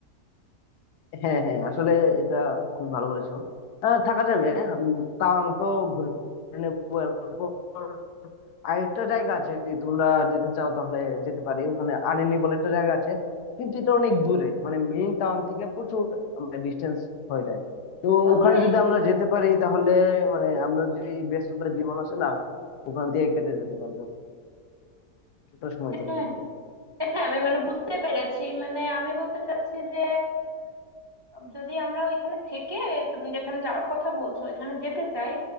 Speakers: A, on the left; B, on the right.
A: হ্যাঁ হ্যাঁ আসলে এটা খুবই ভালো বলেছো আহ, থাকা যাবে উম, তাওয়াং তো ঘুরে নেবো এরপর আরেকটা জায়গা আছে যদি তোমরা যেতে চাও তাহলে যেতে পারি ওখানে আনিনি বলে একটা জায়গা আছে কিন্তু এটা অনেক দূরে মানে মেইন তাওয়াং থেকে প্রচুর ডিস্টেন্স হয়ে যায় তো
B: ওখানে
A: ওখানে যদি আমরা যেতে পারি তাহলে মানে আমরা যে এই ব্যস্ততার জীবন আছে না ওখান থেকে কেটে যেতে পারবো কিছুটা সময়ের
B: হ্যাঁ
A: জন্য হলেও
B: হ্যাঁ আমি মানে বুঝতে পেরেছি মানে আমি বলতে চাচ্ছি যে যদি আমরা ওইখানে থেকে তুমি যেখানে যাওয়ার কথা বলছো ওইখানে যেতে চাই